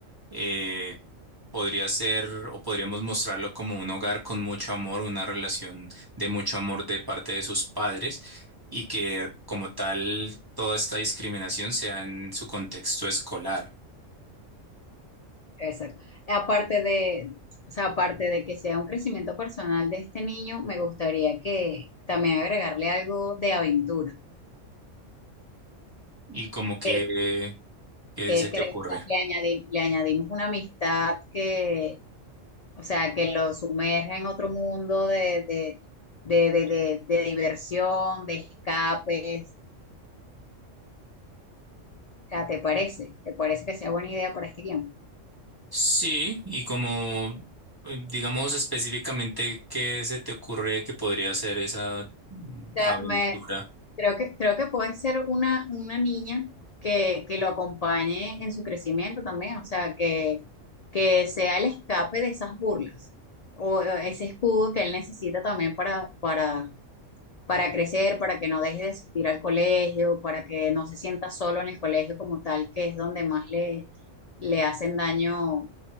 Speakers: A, on the right; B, on the left.
A: eh, podría ser o podríamos mostrarlo como un hogar con mucho amor, una relación de mucho amor de parte de sus padres y que como tal toda esta discriminación sea en su contexto escolar.
B: Exacto. Aparte de, o sea, aparte de que sea un crecimiento personal de este niño, me gustaría que también agregarle algo de aventura.
A: Y como que,
B: ¿Qué,
A: ¿qué
B: qué
A: se te
B: crees?
A: ocurre?
B: ¿Qué Le añadi- le añadimos una amistad que, o sea, que lo sumerja en otro mundo de, de, de, de, de, de diversión, de escapes. O sea, ¿te parece? ¿Te parece que sea buena idea para este guión?
A: Sí, y como eh, digamos específicamente qué se te ocurre que podría ser esa mm,
B: sea,
A: aventura.
B: me, creo que, creo que puede ser una, una niña que, que lo acompañe en su crecimiento también, o sea, que, que sea el escape de esas burlas o o ese escudo que él necesita también para, para, para crecer, para que no deje de asistir al colegio, para que no se sienta solo en el colegio como tal, que es donde más le, le hacen daño.